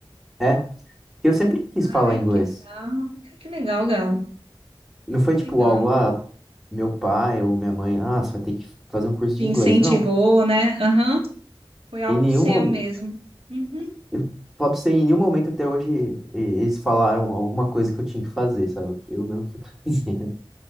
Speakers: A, in the centre; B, on the right (about 80°).
A: é Eu sempre quis
B: Ai,
A: falar inglês.
B: que legal. Ai, que legal, Gabi.
A: Não foi tipo
B: Legal.
A: algo, ah, meu pai ou minha mãe, ah, você vai ter que fazer um curso de
B: Te incentivou,
A: inglês. Não.
B: né? Aham. Foi algo
A: Em nenhum
B: seu
A: momento.
B: mesmo. Uhum.
A: Eu falo pra você, em nenhum momento até hoje e- eles falaram alguma coisa que eu tinha que fazer, sabe? Eu mesmo fui <laughs>